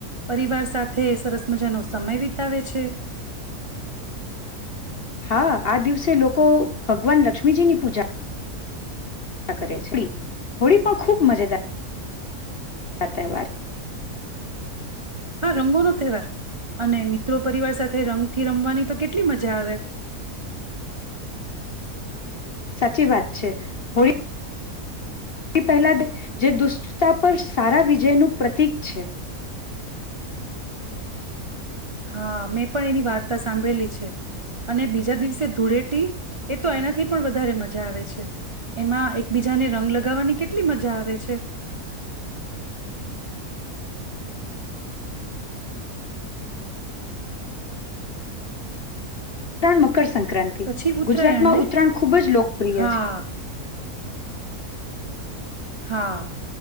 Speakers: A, on the right (about 30°); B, on the left (about 45°).
A: પરિવાર સાથે સરસ મજાનો સમય વિતાવે છે
B: હા આ દિવસે લોકો ભગવાન લક્ષ્મીજીની પૂજા કરે હો હોળી પણ ખૂબ મજેદાર તહેવાર
A: હા રંગોનો તહેવાર અને મિત્રો પરિવાર સાથે રંગથી રમવાની તો કેટલી મજા આવે
B: સાચી વાત છે હોળી તે પહેલા જે દુષ્ટતા પર સારા વિજયનું પ્રતીિક છે
A: હા મેં પણ એની વાર્તા સાંભળેલી છે અને બીજા દિવસે ધૂળેટી એ તો એનાથી પણ વધારે મજા આવે છે એમાં એકબીજાને રંગ લગાવવાની કેટલી મજા આવે છે
B: ત્રણ મકર સંખ્યા સંક્રાંતિ
A: પછી ઉત્તરાયણ
B: ગુજરાતમાં
A: ને
B: ઉત્તરાયણ ખૂબ જ લોકપ્રિય
A: હા
B: છે
A: હા